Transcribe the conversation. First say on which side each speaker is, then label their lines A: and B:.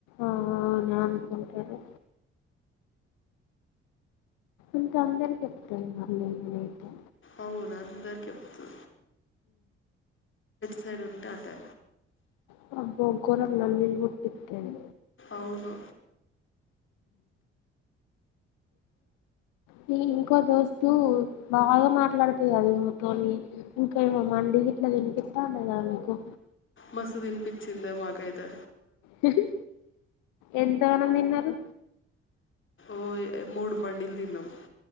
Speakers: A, on the left; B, on the left.
A: ఆ న్యానుకుంటేనే ఇంకా అందరికి చెప్పుతున్న, నేనైతే
B: అవును అందరికి చెప్తు సరే ఉంటతా
A: ప్చ్ అబ్బో గోరంగానిల్లు పుట్టితది.
B: అవును
A: నీ ఇంకో దోస్తు బాగానే మాట్లాడుతదిగా, అదిమ్ మీతోని ఇంకా ఏమో మండి గిట్లా తినిపిత్త అన్నది. కదా మీకు
B: మస్త్ తిన్పిచ్చిందే, మాకైయి తే
A: హ్మ్హు ఎంతగానం తిన్నారు.
B: ఓయ్ ఇ మూడు మండీల్ తిన్నాం.